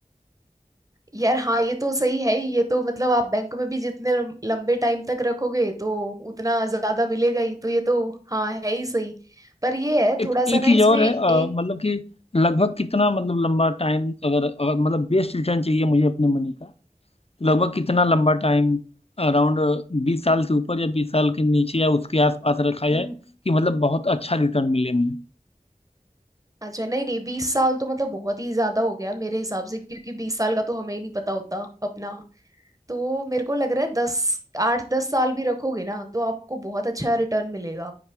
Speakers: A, on the right; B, on the left.
A: यार हाँ ये तो सही है ही ये तो मतलब आप बैंक में भी जितने लम- लंबे टाइम तक रखोगे तो उतना ज्यादा मिलेगा ही तो ये तो हाँ है ही सही पर ये है
B: एक
A: थोड़ा सा
B: एक
A: ना
B: चीज
A: इसमें
B: और है अ,
A: एक
B: मतलब कि लगभग कितना मतलब लंबा टाइम अगर, अगर मतलब बेस्ट रिटर्न चाहिए मुझे अपने मनी का तो लगभग कितना लंबा टाइम अराउंड बीस साल से ऊपर या बीस साल के नीचे या उसके आसपास रखा जाए
A: न-
B: कि मतलब बहुत अच्छा रिटर्न मिले मुझे
A: अच्छा नहीं नहीं बीस साल तो मतलब बहुत ही ज्यादा हो गया मेरे हिसाब से क्योंकि बीस साल का तो हमें ही नहीं पता होता अपना तो मेरे को लग रहा है दस आठ दस साल भी रखोगे ना तो आपको बहुत अच्छा रिटर्न मिलेगा